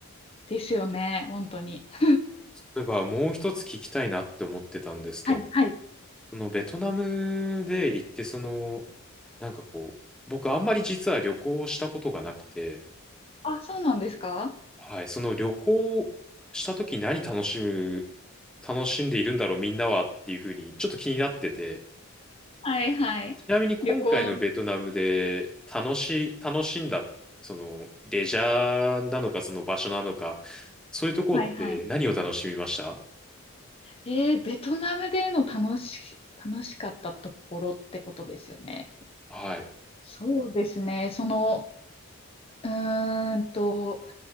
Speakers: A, on the left (about 25°); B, in the centre.
A: ですよね。本当に。<laughs>
B: 例えばもう一つ聞きたいなって思ってたんですけれど、
A: はい、はい。
B: そのベトナムで行って、その、なんかこう、僕あんまり実は旅行をしたことがなくて、
A: あ、そうなんですか
B: はい、その旅行した時何楽しむ、楽しんでいるんだろうみんなはっていうふうにちょっと気になってて、
A: はいはい。
B: ちなみに今回のベトナムで楽し、
A: 旅行の、
B: 楽しんだ、そのレジャーなのかその場所なのか、そういうとこって何を楽しみました
A: はいはい。えー、ベトナムでの楽し、楽しかったところってことですよね。
B: はい。
A: そうですね。その、うーんと、